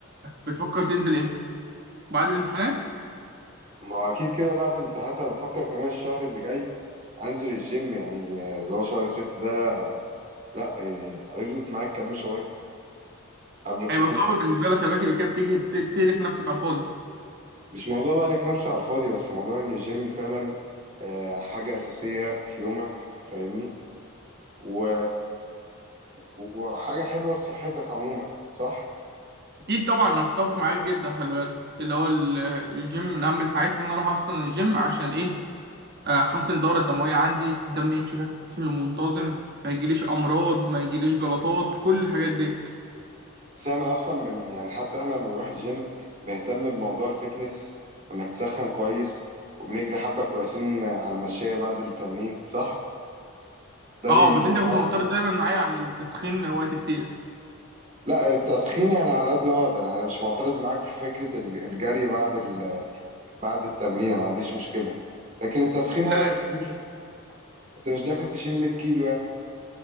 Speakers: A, on the right; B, on the right.
A: بتفكر تنزل امتى بعد الامتحانات
B: ما هو اكيد كده بعد الامتحانات انا بفكر كمان الشهر اللي جاي انزل الجيم يعني آه، اللي هو شهر ستة ده لا إيه، هيظبط معايا الكلام شوية قبل الخطوبة
A: هيبقى صعب بالنسبة لك خلي بالك يبقى كده بتيجي بت- بتهلك نفسك على الفاضي
B: مش موضوع بقى لك نفسي على الفاضي بس موضوع ان الجيم فعلا آه، حاجة أساسية في يومك فاهمني و... وحاجة حلوة لصحتك عموما صح
A: اكيد طبعا انا متفق معاك جدا خلي بالك اللي هو ال- الجيم من اهم الحاجات اللي انا اروح اصلا الجيم عشان ايه احسن الدورة الدموية عندي الدم يمشي بشكل منتظم ما يجيليش امراض ما يجيليش جلطات كل الحاجات دي
B: بس احنا اصلا من يعني حتى احنا لما بنروح الجيم بنهتم بموضوع الفتنس وانك تسخن كويس وبنجري حبة كويسين على المشاية بعد التمرين صح ده
A: اه
B: بيحسن
A: بس انت كنت معترض دايما معايا على التسخين وقت كتير
B: لا التسخين يعني على قد ما اقدر يعني مش معترض معاك في فكرة الجري بعد ال... بعد التمرين ما عنديش مشكلة لكن التسخين
A: لا
B: وقت كتير انت مش داخل تشيل 100 كيلو يعني